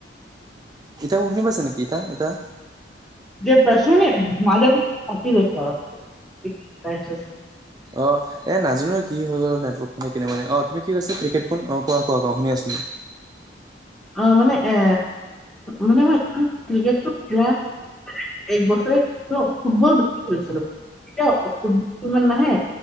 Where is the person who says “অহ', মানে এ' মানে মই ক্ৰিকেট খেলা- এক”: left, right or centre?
Centre